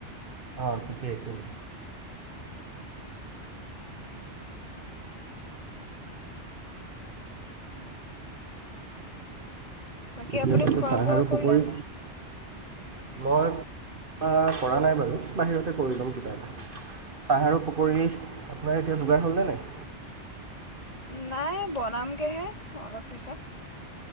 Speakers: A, on the right (about 50°); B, on the left (about 35°).
A: অঁ তেতিয়াই কোন
B: বাকী
A: এতিয়া
B: আপুনি
A: পিছে
B: খোৱা
A: চাহ
B: বোৱা
A: আৰু
B: কৰিলে
A: পকৰি
B: নে
A: মই ক কৰা নাই বাৰু বাহিৰতে কৰি ল'ম কিবা এটা চাহ আৰু পকী আপোনাৰ এতিয়া যোগাৰ হ'লনে নাই
B: নাই বনামগেহে অলপ পিছত